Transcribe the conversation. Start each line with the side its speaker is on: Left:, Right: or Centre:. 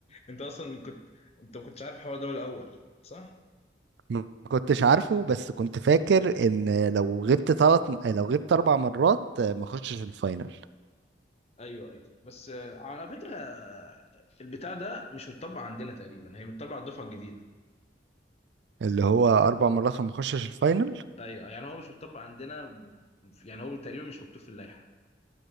Left: انت اصلا كنت انت ما كنتش عارف الحوار ده من الاول صح
Right: ما كنتش عارفه بس كنت فاكر ان لو غبت ثلاث لو غبت اربع مرات آه، ما اخشش الفاينل
Left: ايوه ايوه بس آه، على فكره آه، البتاع ده مش متطبق عندنا تقريبا هي متطبق على الدفعه الجديده
Right: اللي هو اربع مرات وما اخشش الفاينل
Left: ايوه يعني هو مش بيطبق عندنا ب- يعني هو تقريبا مش مكتوب في اللائحه